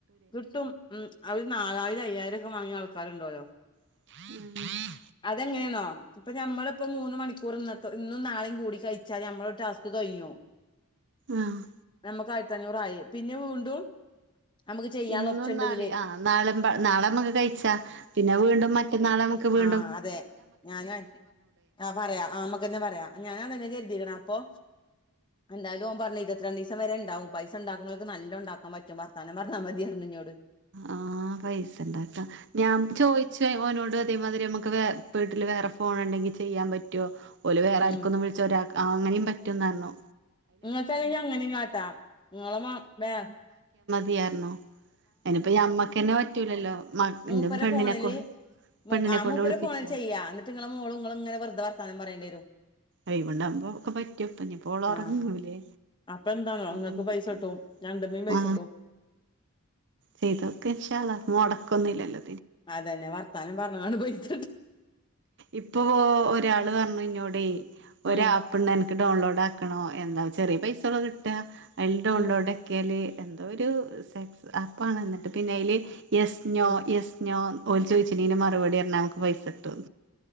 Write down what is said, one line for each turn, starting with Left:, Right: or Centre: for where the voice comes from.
Left: കിട്ടും ഉം അത് നാലായി ഒരു അയ്യായിരൊക്കെ വാങ്ങിയ ആൾക്കാരുണ്ടോല്ലൊ
Right: ഉം
Left: അതെങ്ങനെയാന്നോ ഇപ്പം ഞമ്മളിപ്പം മൂന്ന് മണിക്കൂർ ഇന്നത്തെ ഇന്നും നാളെയും കൂടി കഴിച്ചാല് അമ്മള ടാസ്ക് കഴിഞ്ഞു
Right: ആഹ്
Left: നമുക്ക് ആയിരത്തി അഞ്ഞൂറായി പിന്നെ വീണ്ടും നമുക്ക് ചെയ്യാനുള്ള
Right: ഇന്നും
Left: ഓപ്ഷൻ ഉണ്ട്
Right: നാളെ
Left: ഇതില്
Right: ആ നാളെ പ നാളെമ്മക്ക് കഴിച്ചാ പിന്നെ വീണ്ടും മറ്റന്നാളെ നമ്മുക്ക് വീ
Left: ആ അതെ ഞാന ആ പറയാ ആമ്മക്കന്നെ പറയാ ഞാനാ അത് എഴുതിക്കണ അപ്പൊ എന്താലും ഓൻ പറഞ്ഞ് ഇരുപത്രീരണ്ടീസം വരെ ഉണ്ടാവും പൈസ ഉണ്ടാക്കുന്നോർക്ക് നല്ല ഉണ്ടാക്കപറ്റും വർത്താനം പഞ്ഞാ മതിയായിരുന്നു ഇഞ്ഞോട്.
Right: ആഹ് പൈസ ഉണ്ടാക്കാം ഞാൻ ചോയിച്ചു ഓനോട് അതേമാതിരി നമ്മുക്ക് വേ വീട്ടില് വേറെ ഫോൺ ഉണ്ടെങ്കി ചെയ്യാൻ പറ്റോ? ഓല് വേറെ
Left: ഉം
Right: ആർക്കുന്നും വിളിച്ച ഒരാക്ക് ആ അങ്ങനെയും റ്റും ന്നർഞ്ഞു
Left: നിങ്ങൾക്ക് അല്ലെങ്കി അങ്ങന കാട്ടാ നിങ്ങളെ വേ
Right: വിയർന്നു അയിന് പ്പം ഞമ്മക്ക്ന്നെ പറ്റൂലല്ലോ മ
Left: മൂപ്പര്
Right: ഇന്റെ പെണ്ണിനെ
Left: ഫോണിൽ
Right: കൊണ്ട് പെണ്ണിനെ
Left: മു ആ
Right: കൊണ്ട്
Left: മൂപ്പര
Right: വിളിപ്പിച്ചോ
Left: ഫോണിൽ ചെയ്യാം എന്നിട്ട് നിങ്ങളെ മോളും നിങ്ങളും ഇങ്ങനെ വെറുത വർത്താനം പറയേണ്ടി തും
Right: എയ് വണ്ണ പോ ഒക്കെ പറ്റെകെ ഞ് പ്പ പ്പോളഒറങ്ങൂലേ
Left: ആഹ് അപ്പൊ എന്താന്നോ
Right: അ
Left: ഇങ്ങക്ക് പൈസ
Right: പറ്റിയ
Left: കിട്ടും ഞണ്ടുമ്മീ പൈസ
Right: ആ
Left: കിട്ടും
Right: ചെയ്തോക്ക ഇൻക്ഷ അളള മുടക്കൊന്നുമില്ലല്ലോ
Left: അതന്നെ വർത്താനം പറഞ്ഞാണ്ട് പോയി <inaudible>
Right: ഇപ്പൊ ഒരാള് പറഞ്ഞ് എവിടെ ഒരു
Left: ഉം
Right: ആപ്പ് ണ്ട് അന ഡൗൺലോഡ് ആക്കണോ എന്താ ചെറിയ പൈസ ള്ളൂ കിട്ട എൽട
Left: ഉം
Right: ഉള്ളോടക്കല് എന്തോ ഒരു സെസ് ആപ്പാണ് എന്നിട്ട് പിന്നെ അയില്. യസ് നോ
Left: ഉം
Right: എസ് നോ ഓല് ചോദിച്ചാലിന് മറപടി പറഞ്ഞൽ നമക്ക് പൈസ കിട്ടും